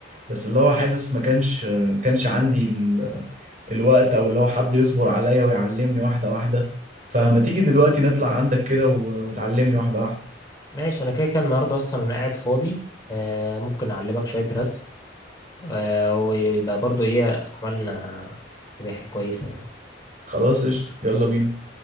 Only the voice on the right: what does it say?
بس اللي هو حاسس ما كانش كانش عندي ال... الوقت او اللي هو حد يصبر عليا ويعلمني واحده واحده فما تيجي دلوقتي نطلع عندك كده و... وتعلمني واحده واحده
خلاص قشطه يلا بينا